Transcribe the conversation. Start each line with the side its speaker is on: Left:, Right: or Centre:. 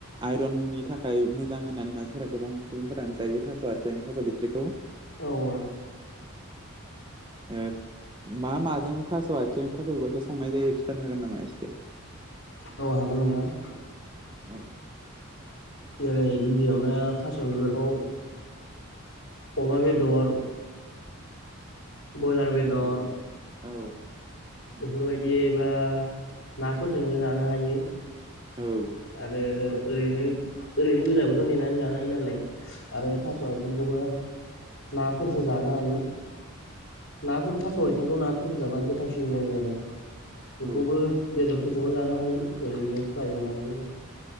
Right: आइरननि थाखाय मोजां होननानै मानसिफोरा गोबां सुबुंफोरानो जायो थास' आथिं थास' बेट्रिखौ।
Left: औ औ।
Right: ओ मा माजों थास' आइथेंजों थास' बिबाफोरखौ संनाय जायो खिथानो हागोन नामा एसे?
Left: औ हागोन नोंथां।
Right: औ
Left: जेरै गिबियावनो थास' बिबारखौ अमा बेदर ब्रयलार बेदर
Right: औ औ।
Left: बेफोरबायदिबा नाफोरजोंबो जानो हायो।
Right: औ।
Left: आरो ओरैनो ओरैनो गोजाबोथ' नेनानै जानो हायो नालाय। आरो थास' आथिंखौबो नाफोरजों जानो हायो। नाफोर थास' आथेंखौ नाफोरजों जाबा गोथावसिन जायो आरो
Right: औ
Left: बेखौबो बेदरफोरजोंबो जानो हायो ओरैनो फ्राय
Right: औ
Left: एवनानैबाबो।